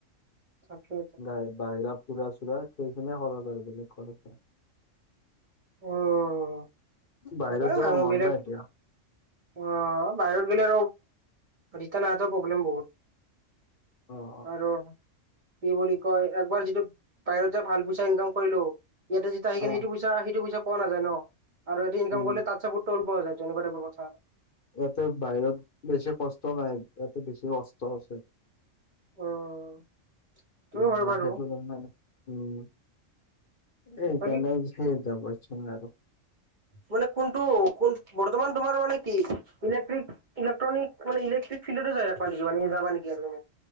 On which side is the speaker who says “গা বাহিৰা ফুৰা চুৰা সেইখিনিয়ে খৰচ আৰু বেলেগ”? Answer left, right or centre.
Left